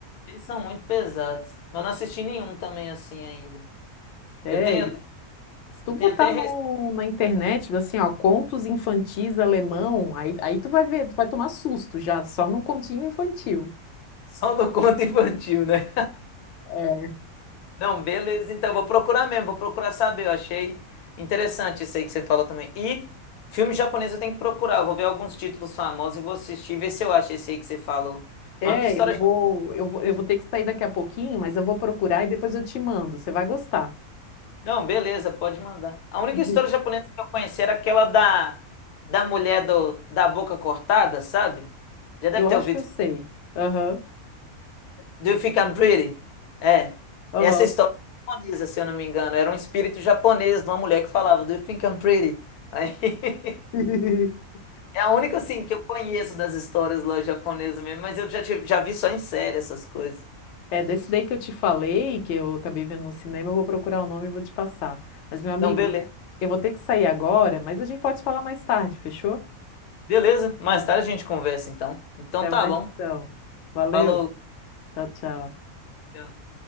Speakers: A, on the left; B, on the left.
A: Eles são muito pesados. Eu não assisti nenhum também assim ainda.
B: É,
A: Eu tenho,
B: se tu
A: eu
B: botar
A: tenho até
B: no,
A: receio <laughs>
B: na internet, assim, ó, contos infantis alemão, aí, aí tu vai ver, tu vai tomar susto já, só num continho infantil.
A: só no conto infantil, né?
B: É.
A: Não, beleza. Então, vou procurar mesmo, vou procurar saber. Eu achei interessante isso aí que você falou também. E filme japonês eu tenho que procurar. eu Vou ver alguns títulos famosos e vou assistir, ver se eu acho esse aí que você falou.
B: É,
A: A única história.
B: eu vou,
A: ja-,
B: eu vou, eu vou ter que sair daqui a pouquinho, mas eu vou procurar e depois eu te mando. Você vai gostar.
A: Não, beleza, pode mandar. A única
B: <laughs>
A: história japonesa que eu conheci era aquela da, da mulher do, da boca cortada, sabe? Já deve
B: Eu
A: ter
B: acho
A: ouvido.
B: que eu sei. Aham,
A: Do You Think I'm Pretty? É.
B: aham.
A: Essa história é japonesa, se eu não me engano. Era um espírito japonês de uma mulher que falava Do You Think I'm Pretty? Aí. <laughs>
B: <laughs>
A: É a única, assim, que eu conheço das histórias lá japonesas mesmo, mas eu já, tive- já vi só em série essas coisas.
B: É, desse daí que eu te falei, que eu acabei vendo no cinema, eu vou procurar o nome e vou te passar. Mas, meu amigo,
A: Não, beleza.
B: eu vou ter que sair agora, mas a gente pode falar mais tarde, fechou?
A: Beleza, mais tarde a gente conversa então. Então
B: Até
A: tá
B: mais
A: bom.
B: então. Valeu.
A: Falou.
B: Tchau, tchau.
A: Tchau.